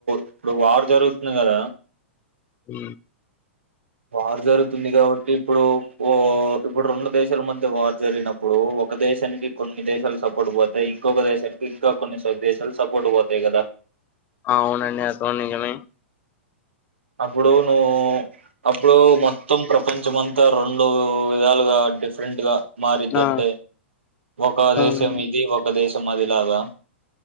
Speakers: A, on the right (about 75°); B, on the left (about 25°).
A: ఇప్పుడు వారు జరుగుతుంది కదా
B: ఉ
A: వార్ జరుగుతుంది కాబట్టి ఇప్పుడు ఓ ఇప్పుడు రెండు దేశాల మధ్య వార్ జరిగినప్పుడు ఒక దేశానికి కొన్ని దేశాలు సపోర్ట్ పోతాయి ఇంకొక దేశానికి ఇంకా కొన్ని దేశాలు సపోర్ట్ పోతాయి కదా
B: ఆ అవునండి అత నిజమే
A: అప్పుడు నువ్వు అప్పుడు మొత్తం ప్ర కొంచంమంతా రెండు విధాలుగా డిఫరెంట్ గా మారుద్ది
B: ఆ
A: అంతే ఒక
B: అవును
A: దేశం ఇది ఒక దేశం అదిలాగా